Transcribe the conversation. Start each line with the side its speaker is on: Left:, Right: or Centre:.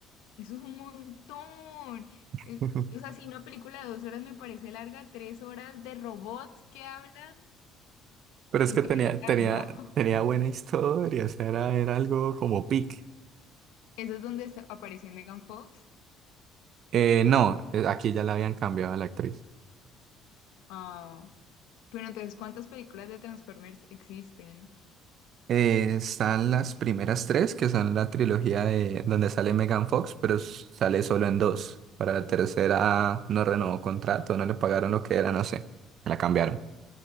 Left: Eso es un montón.
Right: <laughs>
Left: Eh, O sea, si una película de dos horas me parece larga, tres horas de robots que hablan
Right: Pero
Left: sin
Right: es que
Left: criticar,
Right: tenía, tenía,
Left: ¿no?
Right: tenía buena historia, o sea, era, era algo como pic.
Left: Eso es donde está- aparece Megan Fox.
Right: Eh, no, eh, aquí ya la habían cambiado a la actriz.
Left: Ah, pero entonces, ¿cuántas películas de Transformers existen?
Right: Eh, están las primeras tres, que son la trilogía de donde sale Megan Fox, pero s- sale solo en dos. Para la tercera no renovó contrato, no le pagaron lo que era, no sé. La cambiaron.